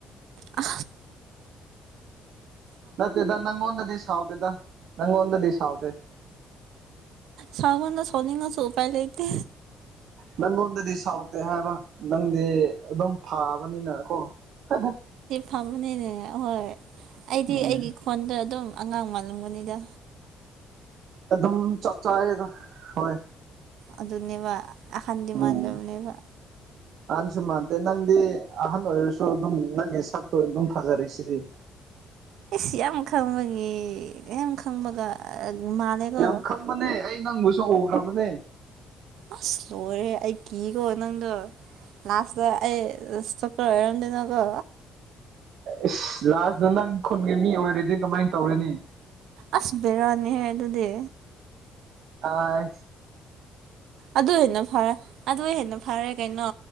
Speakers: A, on the right; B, on the right.
A: ꯑ
B: ꯅ ꯄꯦꯗ ꯅꯪꯉꯣꯟꯟꯗꯗꯤ ꯁꯥꯥꯎ ꯄꯦꯗ ꯅꯪꯉꯣꯣꯟꯗꯗꯤ ꯁꯥꯥꯎꯗ
A: ꯁꯃꯗ ꯁꯅꯤ ꯉꯁꯨ ꯎꯥꯏ ꯂꯩꯇ
B: ꯅꯪꯉꯣꯟꯗꯗꯤ ꯁꯥꯎꯗꯦ ꯍꯥꯏꯕ ꯅꯪꯗꯤ ꯑꯗꯨꯝ ꯐꯕꯅꯤꯅ ꯀꯣ ꯑ
A: ꯐꯃꯅꯤꯅꯦ ꯑꯍꯣꯏ ꯑꯩꯗꯤ
B: ꯎꯝ
A: ꯑꯩꯒꯤ ꯈꯣꯟꯗ ꯑꯗꯨꯝ ꯑꯉꯥꯡ ꯃꯥꯜꯂꯝꯒꯅꯤꯗ
B: ꯑꯦꯝ ꯆꯞ ꯆꯥ ꯍꯣꯏ
A: ꯑꯗꯨꯅꯦꯕ ꯑꯍꯟꯗꯤ
B: ꯎꯝ
A: ꯃꯥꯟꯗꯕꯅꯦꯕ
B: ꯑꯍꯟꯁꯨ ꯃꯥꯟꯇꯦ ꯅꯪꯗꯤ ꯑꯍꯟ ꯑꯣꯏꯔꯁꯨ ꯑꯗꯨꯝ ꯅꯪꯒꯤ ꯁꯛꯇꯨ ꯑꯗꯨꯝ ꯐꯖꯔꯛꯏꯁꯤꯗꯤ ꯎ
A: ꯁꯤ ꯌꯥꯝ ꯈꯪꯕꯉꯦ ꯌꯥꯝ ꯈꯪꯕꯒ ꯃꯥꯜꯂꯦꯀꯣ
B: ꯌꯥꯝ ꯈꯪꯕꯅꯦ ꯑꯩ ꯅꯪꯕꯨꯁꯨ ꯎꯔꯕꯅꯦ
A: ꯑꯁ ꯂꯣꯏꯔꯦ ꯑꯩ ꯀꯤꯀꯣ ꯅꯪꯗꯣ ꯂꯥꯁꯇ ꯑꯩ ꯑꯣꯏꯔꯅ ꯀ
B: ꯏꯁ ꯂꯥꯁꯇ ꯅꯪ ꯈꯨꯟꯒꯤ ꯃꯤ ꯑꯣꯏꯔꯗꯤ ꯀꯃꯥꯏꯅ ꯇꯧꯔꯅꯤ
A: ꯑꯁ ꯕꯦꯔꯥꯅꯤꯍꯦ ꯑꯗꯨꯗꯤ
B: ꯑ
A: ꯑꯗꯨ ꯍꯦꯟꯅ ꯐꯔꯦ ꯑꯗꯨ ꯍꯦꯟꯅ ꯐꯔꯦ ꯀꯩꯅꯣ